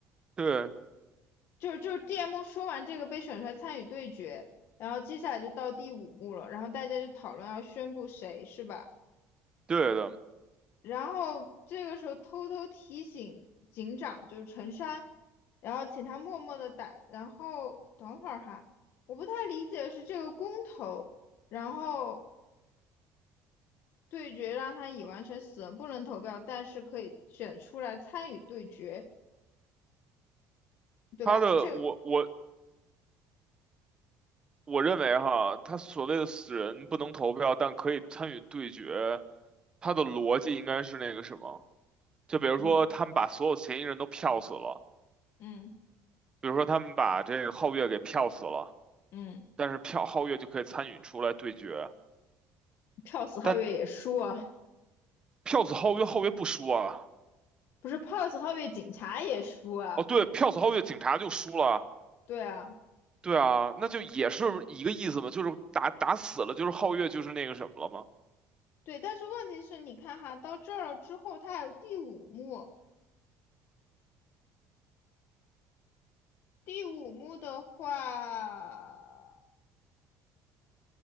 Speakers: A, on the right; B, on the left.
A: 对
B: 就是就是 DM 说完这个被选出来参与对决，然后接下来就到第五幕了，然后大家就讨论要宣布谁是吧？
A: 对的，
B: 然后这个时候偷偷提醒警长，就是陈山，然后请他默默的打，然后等会儿哈，我不太理解是这个公投，然后对决让他已完成死人不能投票，但是可以选出来参与对决，对吧？
A: 他的我我
B: 这个，
A: 我认为哈，他所谓的死人不能投票，但可以参与对决，他的逻辑应该是那个什么，就比如说他们把所有嫌疑人都票死了，
B: 嗯嗯
A: 比如说他们把这个皓月给票死了，
B: 嗯，
A: 但是票皓月就可以参与出来对决，
B: 票死皓月也输啊，
A: 但票死皓月，皓月不输啊。
B: 不是票死皓月警察也输啊，
A: 哦，对，票死皓月，警察就输了。
B: 对啊，
A: 对啊，那就也是一个意思嘛，就是打打死了，就是皓月就是那个什么了嘛。
B: 对，但是问题是，你看哈，到这儿了之后，他还有第五幕。第五幕的话，